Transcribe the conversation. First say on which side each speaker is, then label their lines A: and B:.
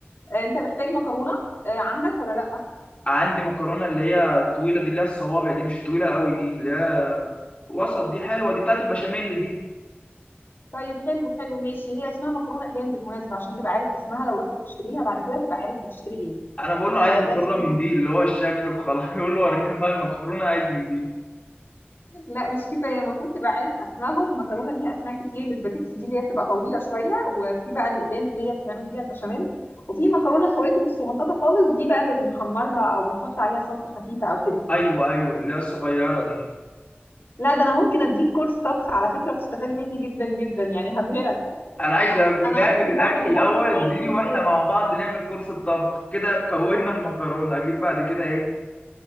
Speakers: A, on the left; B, on the left.
A: آه، انت محتاج مكرونه آه، عندك ولا لا
B: عندي مكرونه اللي هي الطويله دي اللي هي الصوابع دي مش طويله قوي دي اللي هي وسط دي حلوه دي بتاعت البشاميل دي
A: طيب حلو حلو ماشي هي اسمها مكرونه اقلام بالمناسبه عشان تبقى عارف اسمها لو رحت تشتريها بعد كده تبقى عارف بتشتري ايه
B: انا بقول له
A: آه
B: عايز مكرونه
A: ده اسمها
B: من دي
A: يعني
B: اللي هو الشكل وخلاص <laughs> يقول له وريني انواع المكرونه عايز من دي
A: لا مش كفايه المفروض تبقى عارف اسمائهم المكرونه ليها اسماء كتير الاسباجيتي دي اللي هي بتبقى طويله شويه وفي بقى الاقلام اللي هي بتتعمل بيها البشاميل وفي مكرونه خواتم الصغنططه خالص دي بقى اللي بنحمرها او بنحط عليها صلصه خفيفه او كده
B: ايوه ايوه اللي هي الصغيره دي
A: لا ده انا ممكن اديك كورس طبخ على فكره وتستفاد مني جدا جدا يعني هبهرك
B: انا عايز اكون
A: انا
B: نعمل
A: اصلا
B: الاكل
A: بعمل
B: الاول
A: الاكل بتاعي
B: اديني
A: كله
B: واحنا مع بعض نعمل كورس الطبخ كده كونا المكرونه اجيب بعد كده ايه